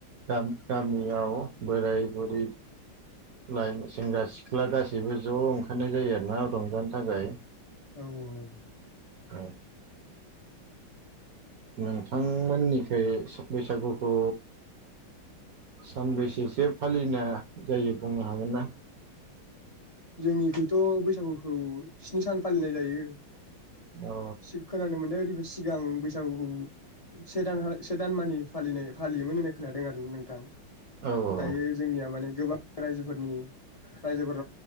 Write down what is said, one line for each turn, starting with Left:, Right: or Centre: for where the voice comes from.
Right: गाम गामियाव बोराय-बुरै लाइमोन सेंग्रा-सिख्ला गासैबो ज' ओंखारनाय जायो आरोना रंजानो थाखाय
Left: औ औ
Right: औ नोंथांमोननिखै बैसागुखौ सानबैसेसो फालिनाय जायो बुंनो हागोन ना?
Left: जोंनिखैथ' बैसागुखौ स्नि सान फालिनाय जायो
Right: औ
Left: सि खोनानो मोननाय बायदिब्ला सिगां बैसागुखौ से दानहा से दान मानि फालिनाय फालियोमोन होननाय खोनादों आरो ना नोंथां
Right: औ औ
Left: दायो जोंनिया माने गोबां रायजोफोरनि रायजोफोर